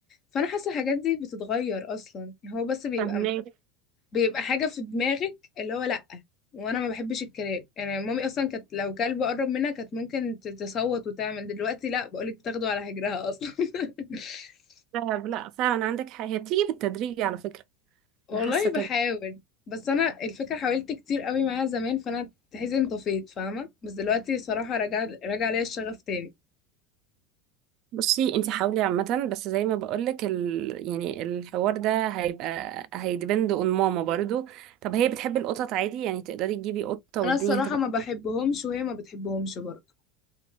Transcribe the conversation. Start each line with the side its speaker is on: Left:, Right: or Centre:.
Left: فانا حاسه الحاجات دي بتتغير اصلا هو بس بيبقى
Right: فهماك
Left: بيبقى حاجة في دماغك اللي هو لأ وانا ما بحبش الكلاب يعني مامي اصلا كانت لو كلب قرب منها كانت ممكن ت- تصوت وتعمل دلوقتي لأ بقولك بتاخده على هجرها اصلا <laughs>
Right: لا لا، فعلا عندك حق هي بتيجي بالتدريج على فكره
Left: والله
Right: انا حاسه
Left: بحاول
Right: كده
Left: بس انا الفكرة حاولت كتير قوي معاها زمان فانا تحسي انطفيت فاهمة بس دلوقتي صراحة رجع رجع ليا الشغف تاني
Right: بصي انت حاولي عامة بس زي ما بقولك ال... يعني الحوار ده هيبقى هيدبند اون ماما برضو طب هي بتحب القطط عادي يعني تقدري تجيبي قطة والدنيا
Left: انا الصراحة
Right: هتبقى
Left: ما بحبهمش وهي ما بتحبهمش برضه